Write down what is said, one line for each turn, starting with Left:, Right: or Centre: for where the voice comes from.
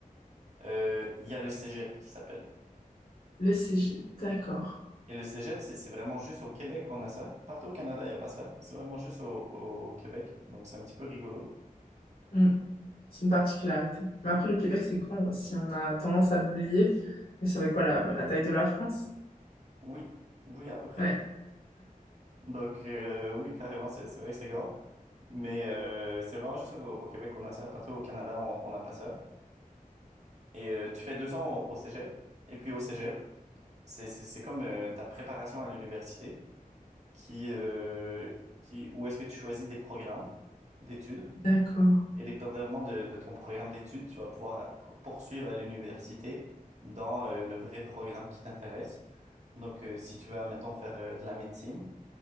Right: euh, il y a le cégep qui s'appelle.
Left: Le CG. D'accord.
Right: Et le cégep, c'est c'est vraiment juste au Québec qu'on a ça. Partout au Canada, il n'y a pas ça. C'est vraiment juste au, au Québec. Donc, c'est un petit peu rigolo.
Left: Hmm. C'est une particularité. Mais après, le Québec, c'est grand aussi. On a tendance à l'oublier. Mais c'est avec quoi la, la taille de la France?
Right: Oui, oui, à peu près.
Left: Ouais.
Right: Donc, euh, oui, carrément, c'est c'est vrai que c'est grand. Mais euh, c'est vraiment juste au, au Québec qu'on a ça. Partout au Canada, on on n'a pas ça. Et euh, tu fais deux ans au, au cégep. Et puis au cégep, c'est c'est- c'est comme euh, ta préparation à l'université qui, euh, qui, où est-ce que tu choisis des programmes d'études.
Left: D'accord.
Right: Et dépendamment de, de ton programme d'études, tu vas pouvoir euh, co- poursuivre à l'université dans euh, le vrai programme qui t'intéresse. Donc, euh, si tu veux, admettons, faire euh, de la médecine,